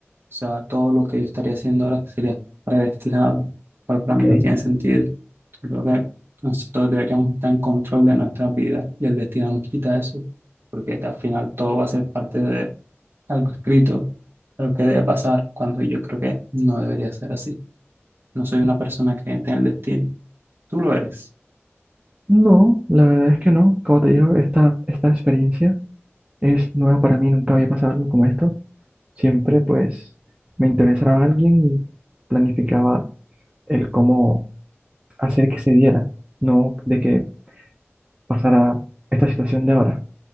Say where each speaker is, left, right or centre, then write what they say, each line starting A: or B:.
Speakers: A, on the right; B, on the right.
A: sea, todo lo que yo estaría haciendo ahora sería predestinado, cual para
B: ok.
A: mí no tiene sentido. Yo creo que nosotros deberíamos estar en control de nuestras vidas y el destino nos quita eso, porque al final todo va a ser parte de algo escrito, algo que debe pasar, cuando yo creo que no debería ser así. No soy una
B: ujú.
A: persona creyente en el destino, tú lo eres.
B: No, la verdad es que no. Como te digo, esta, esta experiencia es nueva para mí, nunca había pasado algo como esto. Siempre pues me interesaba alguien y planificaba el cómo hacer que se diera, no de que pasara esta situación de ahora,